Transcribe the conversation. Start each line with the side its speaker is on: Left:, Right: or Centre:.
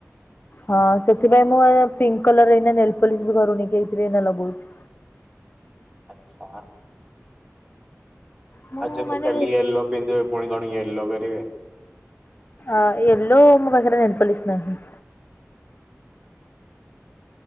Left: ହଁ ସେଥିପାଇଁ ମୁଁ ପିଙ୍କ୍ କଲର ଏଇନା ନେଲ୍ ପଲିସ ବି ଘରୁ ନେଇକି ଆଇଥିଲି ଏଇନେ ଲଗଉଚି।
Right: ଆଚ୍ଛା।
Left: ମୁଁ
Right: ଆଜି ଯଦି
Left: ମାନେ
Right: ଖାଲି ୟେଲୋ ପିନ୍ଧିବେ ପୁଣି କଣ ୟେଲୋ କରିବେ।
Left: ଅ ୟଲୋ ମୋ ପାଖରେ ନେଲପଲିସ ନାହିଁ।